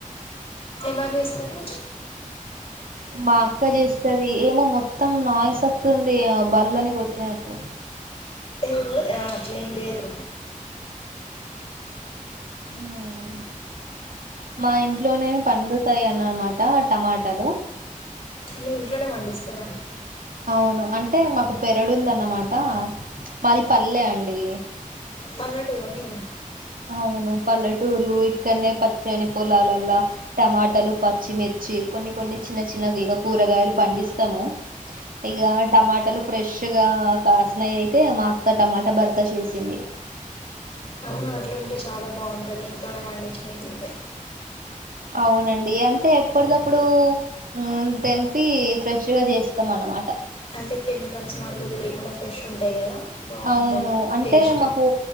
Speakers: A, on the left; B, on the right.
A: ఎలా జేస్తరు.
B: మా అక్క జేస్తది, ఏమో మొత్తం నాయిస్ అత్తుంది, ఏమో బల్లని కొట్టినట్టు.
A: ఏమో అట్లా ఏం లేదు.
B: మ్మ్. మా ఇంట్లోనే పండుతాయి అన్నమాట టమాటలు.
A: మీ ఇంట్లనే పండిస్తరా?
B: అవును అంటే మాకు పెరడుందన్నమాట, మాది పల్లె అండి.
A: పల్లెటూర మీది?
B: అవును పల్లటూరు ఇక్ ఇక్కనే పచ్చని పొలాలల్లా, టమాటలు, పచ్చిమిర్చి కొన్ని కొన్ని చిన్న చిన్న ఇగ కూ కూరగాయలు పండిస్తము, ఇగ టమాటలు ఫ్రెష్ గా కాసినయి అయితే మాక్ క్క టమాట భర్త చేసింది.
A: అవును అట్ల ఉంటే చాలా బాగుంటది, ఇంట్లోనే పండించినయి తింటే
B: అవునండి అంటే ఎప్పటిదప్పుడు ఉమ్ తెంపి ఫ్రెష్గా చేస్తాం. అన్నమాట.
A: అంటే కెమికల్స్ మందులు లేకుండా ఫ్రెష్ ఉంటయి కదా. బాగుంటది
B: అవును అంటే
A: టేస్ట్
B: మకూ